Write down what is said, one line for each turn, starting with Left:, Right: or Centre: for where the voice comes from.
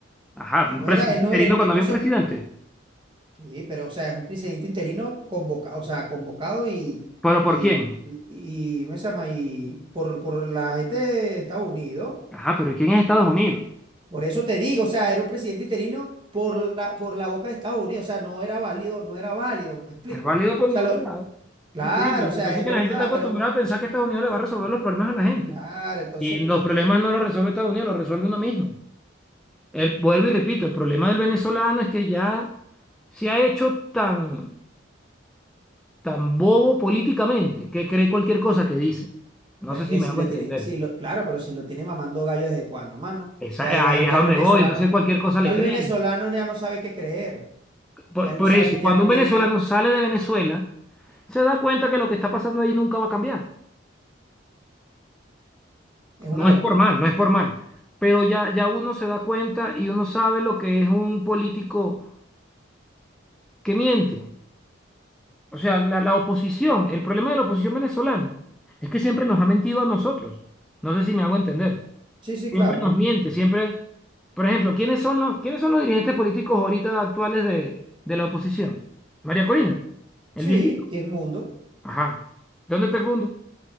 Centre: Ajá, un
Right: Él no
Centre: presidente
Right: era, él no,
Centre: interino
Right: él,
Centre: cuando
Right: él
Centre: había
Right: no se,
Centre: un presidente.
Right: Sí, pero o sea, es un presidente interino convoca o sea, convocado y,
Centre: ¿Pero por
Right: y,
Centre: quién?
Right: y, y- ¿cómo se llama? Y por, por la gente de Estados Unidos.
Centre: Ajá, pero ¿y quién es Estados Unidos?
Right: Por eso te digo, o sea, era un presidente interino por la, por la boca de Estados Unidos. O sea, no era válido, no era válido, ¿me explico?
Centre: No es válido
Right: O
Centre: por
Right: sea,
Centre: ningún
Right: lo,
Centre: lado.
Right: claro,
Centre: Eso te digo, Lo
Right: o sea,
Centre: que pasa
Right: es
Centre: es
Right: verdad,
Centre: que la gente está acostumbrada
Right: pero
Centre: a pensar que Estados Unidos le va a resolver los problemas a la gente.
Right: claro, entonces,
Centre: Y los problemas
Right: ¿qué?
Centre: no los resuelve Estados Unidos, los resuelve uno mismo. El, vuelvo y repito, el problema del venezolano es que ya se ha hecho tan, tan bobo políticamente que cree cualquier cosa que dice. No
Right: pero
Centre: sé
Right: es que
Centre: si me
Right: si
Centre: hago
Right: le
Centre: entender.
Right: tiene, si lo, claro, pero si lo tiene mamando gallo desde cuándo, mano.
Centre: Esa-
Right: Ya el,
Centre: ahí es
Right: ya
Centre: a
Right: el
Centre: donde
Right: venezolano,
Centre: voy, entonces cualquier cosa
Right: ya
Centre: le
Right: el
Centre: creen.
Right: venezolano ya no sabe qué creer.
Centre: Por,
Right: Ya él
Centre: por
Right: no sabe,
Centre: eso,
Right: ya
Centre: cuando
Right: no
Centre: un
Right: tiene.
Centre: venezolano sale de Venezuela, se da cuenta que lo que está pasando ahí nunca va a cambiar.
Right: Es
Centre: No
Right: una locura,
Centre: es por mal,
Right: man.
Centre: no es por mal, pero ya, ya uno se da cuenta y uno sabe lo que es un político que miente. O sea, la, la oposición, el problema de la oposición venezolana es que siempre nos ha mentido a nosotros. No sé si me hago entender.
Right: Sí, sí,
Centre: Siempre
Right: claro.
Centre: nos miente, siempre... Por ejemplo, ¿quiénes son los, quiénes son los dirigentes políticos ahorita actuales de, de la oposición? María Corina, el
Right: Sí,
Centre: viejito.
Right: y en mundo.
Centre: Ajá. ¿Dónde está el mundo?